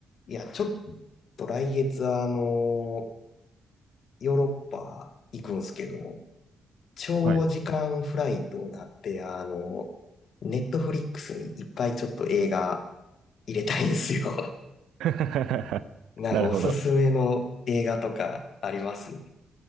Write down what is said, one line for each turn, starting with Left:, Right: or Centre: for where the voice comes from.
Left: いや、ちょっと来月あの、ヨーロッパ行くんすけど、長時間フライトなんで、
Right: はい。
Left: あの、ネットフリックスにいっぱいちょっと映画入れたいんですよ。
Right: <laughs>
Left: <laughs> なんかおすすめの映画とかあります
Right: なるほど。